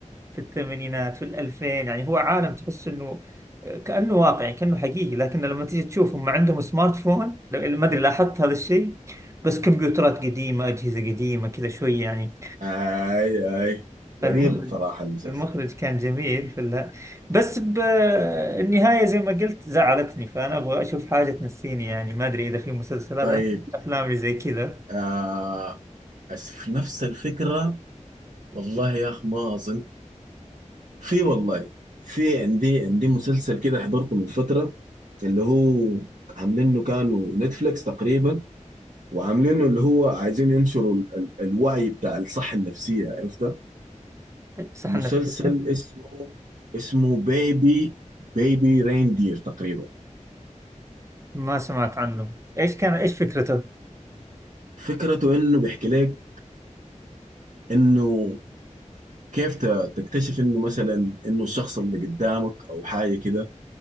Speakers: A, on the right (about 20°); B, on the right (about 70°).
A: في الثمانينات في الألفين يعني هو عالم تحس انه كأنه واقعي كأنه حقيقي لكن لما تيجي تشوف هم عندهم سمارت فون لو- ما ادري لاحظت هذا الشيء بس كمبيوترات قديمة أجهزة قديمة كذا شوي يعني
B: هاي هاي
A: فالمخرج
B: غريب بصراحة المسلسل
A: المخرج كان جميل في ال- بس بالنهاية زي ما قلت زعلتني فأنا أبغى أشوف حاجة تنسيني يعني ما أدري إذا في مسلسلات
B: طيب
A: أنا أحب الأفلام اللي زي كذا
B: آه أس- في نفس الفكرة والله يا أخ ما أظن في والله في عندي عندي مسلسل كده حضرته من فترة اللي هو عاملينه كانوا نتفليكس تقريبا وعاملينه اللي هو عايزين ينشروا ال- ال- الوعي بتاع الصحة النفسية عرفتها
A: صح
B: مسلسل
A: نفسية
B: اسمه اسمه بيبي بيبي ريندير تقريبا
A: ما سمعت عنه إيش كان إيش فكرته؟
B: فكرته انه بيحكي لك انه كيف ت- تكتشف انه مثلا انه الشخص اللي قدامك او حاجه كده